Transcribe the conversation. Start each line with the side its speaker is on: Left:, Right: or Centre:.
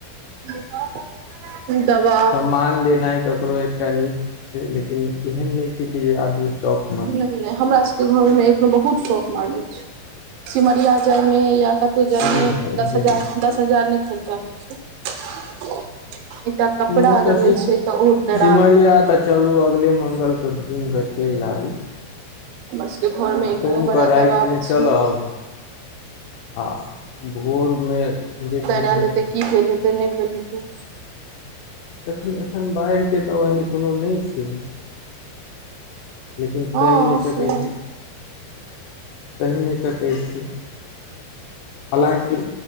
Right: ह <unintelligible> तू दवा
Left: सम्मान देनाइ ककरो एकटा नीक छै लेकिन एहन नै छै कि जे आदमी शौख
Right: नै नै हमरा सबके घरेमे एखनो बहुत शौक मारने छै सिमरिया जाय मे या कतौ जाय
Left: एहन
Right: मे
Left: नहि एहन
Right: दस हजार
Left: नहि
Right: दस द हजार नै खर्चा होइ छै एकटा कपड़ा
Left: नहि
Right: अगर
Left: तऽ
Right: लै छैय तऽ ओ डराक
Left: सिमरिया तऽ चलू अगले मंगलक घुमिकऽ चलि आबी
Right: हमर सबके घरमे एखनो
Left: सोम
Right: बड़ा
Left: कऽ रातिमे
Right: दबाव छै
Left: चलब आ भोरमे जे छै
Right: आल
Left: ने
Right: हेतै
Left: से
Right: की भेल हेतै नै भेल हेतै
Left: एखन एखन बाढ़िके तऽ ओहन कुनो नै छै लेकिन
Right: हँ
Left: कहि नै सकै
Right: से
Left: छी कहि नै सकै छी हलाकि